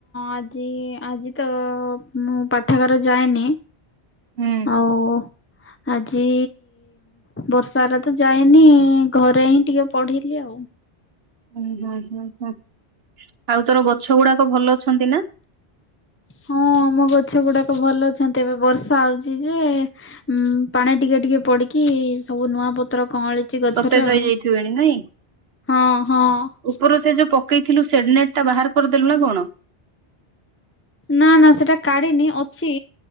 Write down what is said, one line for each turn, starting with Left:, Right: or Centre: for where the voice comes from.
Left: ଆଜି ଆଜି ତ ମୁଁ ପାଠାଗାର ଯାଏନି।
Right: ହୁଁ
Left: ଆଉ ଆଜି ବର୍ଷା ହେଲା ତ ଯାଇନି ଘରେ ହିଁ ଟିକେ ପଢିଲି ଆଉ।
Right: ହୁଁ ହୁଁ ହୁଁ ହୁଁ। ଆଉ ତୋର ଗଛ ଗୁଡାକ ଭଲ ଅଛନ୍ତି ନା?
Left: ହଁ ଆମ ଗଛ ଗୁଡାକ ଭଲ ଅଛନ୍ତି। ଏବେ ବର୍ଷା ହଉଛି ଯେ ଉ ପାଣି ଟିକେ ଟିକେ ପଡିକି ସବୁ ନୂଆ ପତ୍ର କଁଅଳିଛି ଗଛରେ
Right: ସତେଜ
Left: ଆଉ
Right: ହେଇଯାଇଥିବେଣି ନାଇଁ?
Left: ହଁ ହଁ।
Right: ଉପର ସେ ଯୋଉ ପକେଇଥିଲୁ ସେଡନେଟ ଟା ବାହାର କରିଦେଲୁ ନା କଣ?
Left: ନା ନା ସେଟା କାଢିନି ଅଛି।